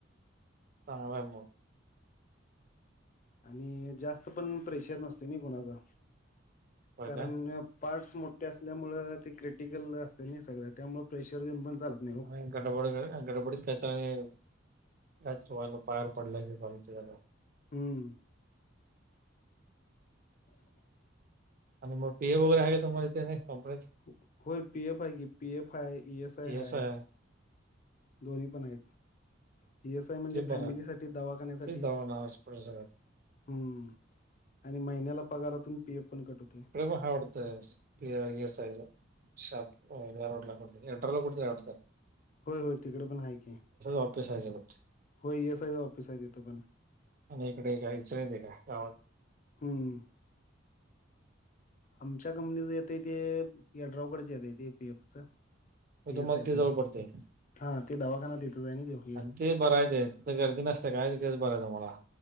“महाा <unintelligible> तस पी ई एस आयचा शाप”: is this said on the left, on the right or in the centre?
Right